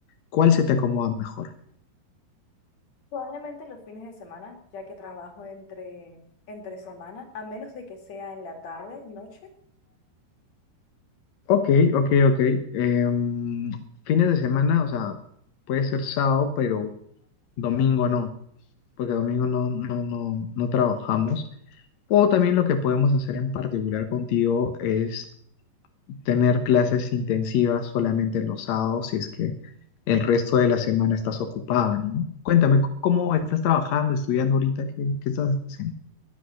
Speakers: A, on the left; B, on the left.
A: ¿Cuál se te acomoda mejor?
B: Probablemente los fines de semana, ya que trabajo entre, entre semana, a menos de que sea en la tarde, noche.
A: Ok, ok, ok. Em, fines de semana, o sea, puede ser sábado, pero domingo no, porque domingo no, no, no, no trabajamos. O también lo que podemos hacer en particular contigo es tener clases intensivas solamente los sábados, si es que el resto de la semana estás ocupada, ¿no? Cuéntame, c- ¿cómo estás trabajando, estudiando ahorita? ¿Qué, qué estás haciendo?